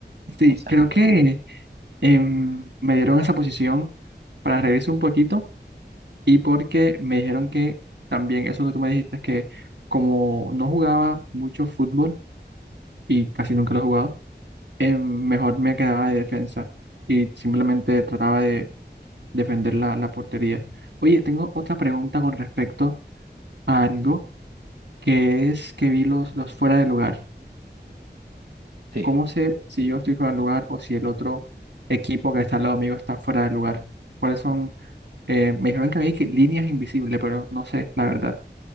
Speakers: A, on the right; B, on the right.
A: sí,
B: O sea,
A: creo
B: ava-
A: que em, me dieron esa posición para reírse un poquito y porque me dijeron que también eso que tú me dijiste, que como no jugaba mucho fútbol y casi nunca lo he jugado, em, mejor me quedaba de defensa y simplemente trataba de defender la, la portería. Oye, tengo otra pregunta con respecto a algo que es que vi los, los fuera de lugar.
B: sí,
A: ¿Cómo sé si yo estoy fuera de lugar o si el otro equipo que está al lado mío está fuera de lugar? ¿Cuáles son? eh, me dijeron que había que líneas invisibles, pero no sé, la verdad.